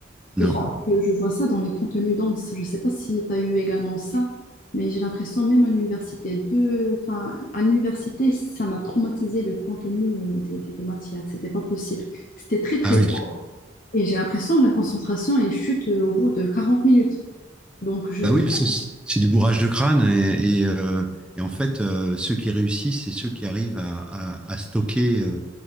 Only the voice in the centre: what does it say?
non.
Ah oui.
Bah
oui,
parce que c'est c'est du bourrage de crâne et, et, euh, et en fait, euh, ceux qui réussissent, c'est ceux qui arrivent à, à- à stocker euh,